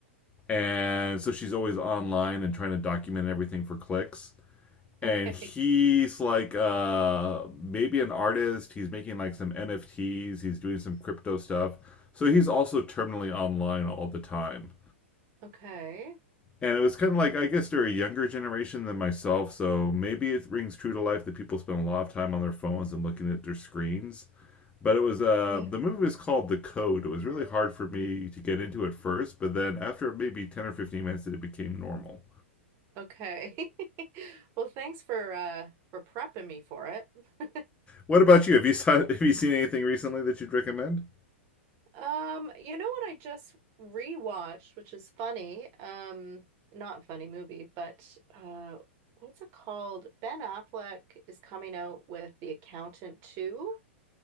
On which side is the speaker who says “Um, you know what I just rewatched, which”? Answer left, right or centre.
Right